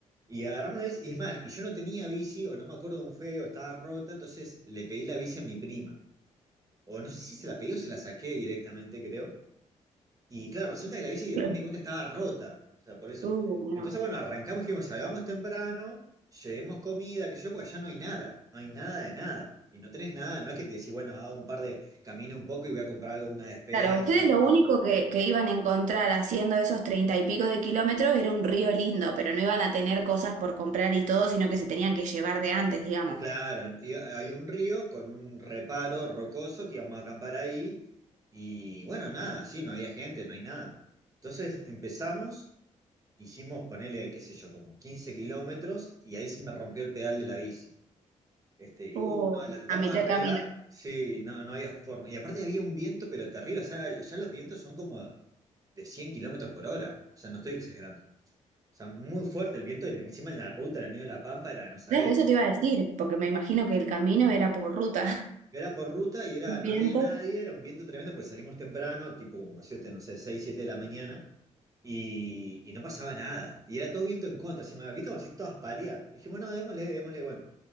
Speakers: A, on the right; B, on the right.
A: Y agarramos la bici, y es más, y yo no tenía bici, o no me acuerdo cómo fue, o estaba rota, entonces le pedí la bici a mi prima. O no sé si se la pedí o se la saqué directamente, creo. Y claro, resulta que la bici después
B: Claro.
A: me di cuenta estaba rota, o sea, por eso.
B: Uh, no.
A: Entonces, bueno, arrancamos, dijimos, salgamos temprano, llevemos comida, que yo, porque allá no hay nada, no hay nada de nada. Y no tenés nada, no es que te decís, bueno, hago un par de, camino un poco y voy a comprar algo, una despensa,
B: Claro, ustedes lo
A: o,
B: único que, que iban a encontrar haciendo esos treinta y pico de kilómetros era un río lindo, pero no iban a tener cosas por comprar y todo, sino que se tenían que llevar de antes, digamos.
A: Claro, y había un río con un reparo rocoso que íbamos a acampar ahí y bueno, nada, sí, no había gente, no hay nada. Entonces empezamos, hicimos, ponele, qué sé yo, como quince kilómetros y ahí se me rompió el pedal de la bici. Este, y
B: Oh,
A: uh, no, la tratamos
B: A mitad
A: de arreglar,
B: de camino.
A: sí, no, no había forma. Y aparte había un viento, pero terrible, o sea, allá los vientos son como de 100 kilómetros por hora, o sea, no estoy exagerando. O sea, muy fuerte el viento, y encima en la ruta, en el medio de la pampa, era, no sabés.
B: Claro, eso te iba a decir, porque me imagino que el camino era por ruta.
A: Era por ruta y era,
B: <laughs> Un viento.
A: no había nadie, era un viento tremendo, pues salimos temprano, tipo como siete, no sé, 6 7 de la mañana, y, y no pasaba nada. Y era todo viento en contra, así, ¿viste? Como así todas pálidas. Dijimos, no, démosle, démosle. Bueno,